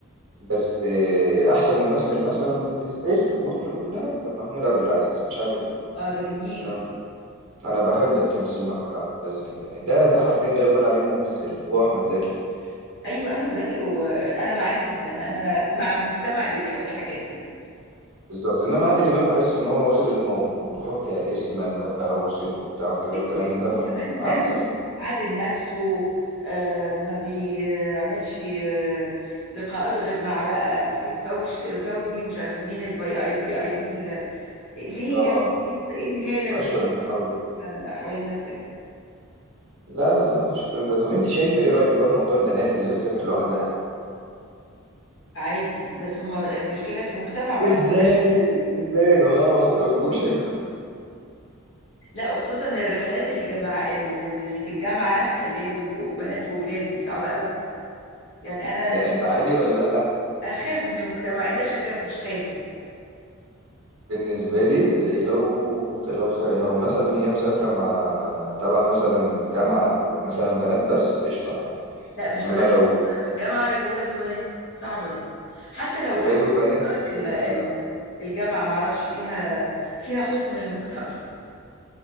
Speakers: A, on the right; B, on the left.
A: بس آه، احسن ممثل مثلا بالنسبه لي في مصر كلها كان محمود عبد العزيز مش عادل امام
B: اه ده جميل
A: انا أنا بحب تمثيل محمود عبد العزيز جدا يعني ده ده حرفيا ده يقول عليه ممثل هو احمد زكي
B: ايوه
A: يعني
B: احمد زكي وانا معاك جدا انا مع المجتمع اللي بيحب الحاجات دي
A: بالظبط انما عادل امام بحس ان هو واخد الموضوع كاسما بقى وصيته وبتاع وكده
B: حته
A: وكلام
B: ابوه
A: من ده في
B: كمان
A: الموضوع عامل زي
B: عازل نفسه آه، ما بيعملش آه، لقاءات غير مع بقى مفيد فوش فوزي مش عارفه مين الفي اي بي اي بي ال- ليه
A: اه
B: يعني ايه الهاله
A: من اشهر المحاور
B: اللي حوالين نفسك دي
A: لا لا لا مفيش الكلام ده طب انت شايفه ايه رايك بقى في موضوع البنات اللي بتسافر لوحدها
B: عادي بس هما المشكله في المجتمع برضه
A: ازاي
B: بلاش
A: ازاي يا جماعه ما تربوش يا جماعه
B: لا وخصوصا الرحلات الجماعة اللي في الجامعه اللي هي بيبقوا بنات وولاد دي صعبه قوي يعني انا
A: يعني
B: شخصيا
A: ده عادي ولا لا
B: اخاف من المجتمع انت شكلك مش خايف من المجتمع
A: بالنسبة لي لو لو خير لو مثلا هي مسافرة مع تبع مثلا جامعة ومثلا بنات بس قشطة عادي
B: لا
A: إنما
B: مش بنات
A: لو
B: بس، بقى الجامعة يبقوا ولاد وبنات صعبة دي حتى لو
A: ولاد
B: تحت
A: وبنات
B: إدارة
A: دي بتبقى
B: ال- ال- الجامعة معرفش فيها فيها خوف من المجتمع